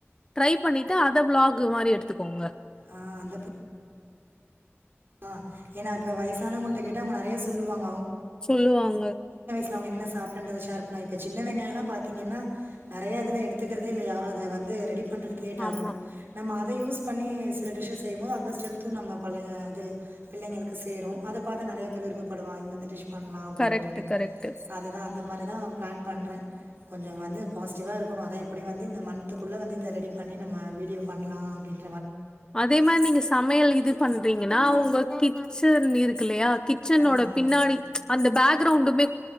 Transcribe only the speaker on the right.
ஆ அந்த ப ஆ ஏன்னா இப்ப வைசானவங்கள்ட்ட கேட்டா அவ்ங்க நறையா சொல்லுவாங்
அவ்ங்க என்னென்ன சாப்ட்டன்றத ஷேர் பண்ணு இப்ப சின்ன வெங்காயல்லா பாத்தீங்கன்னா நறைய இதுல எடுத்துக்குறதே இல்ல யாரு அத வந்து ரெடிப் பண்றதுக்கு லேட்டாகுன்னு
நம்ம அ த யூஸ் பண்ணி சில டிஷ்ஷ செய்யம் போது அந்த ஸ்ட்ரென்த்து நம்ம பழைய து பிள்ளைங்களுக்கு செய்றோ அத பாத்து நறையா பேர் விருப்பப்படுவா இந்த மாரி டிஷ் பண்லா அப்டின்ட்டு
அததா அந்த மாரிதா ப்ளான் பண்ற கொஞ்சொ வந்து பாஸ்டிவ்வா இருக்கணு அதா எப்டியு வந்து இந்த மன்த்துக்குள்ள வந்து இத ரெடி பண்ணி நம்ம வீடியோ பண்லா அப்டின்
ஆமாம்